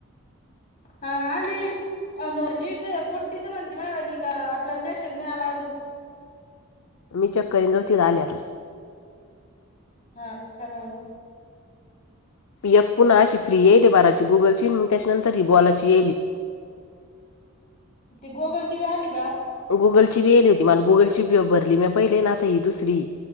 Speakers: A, on the left; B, on the left.
A: हा आणि अन ही तर पोटी तर म्हणती म्या वाली का आपल्याला मॅसेज नाही आला अजून.
B: मी चेक करीन <inaudible> जाऊ त आल्या
A: हा खरावर.
B: एक पुन्हा अशी फ्री येईल बाराची गुगलची मग त्याच्यानंतर ही बॉलाची येईली.
A: ते गोगल ची <inaudible> वे आली का?
B: गुगलची बी गली होती मला गुगलची बी भरली म पहिले ना आ ही दुसरी.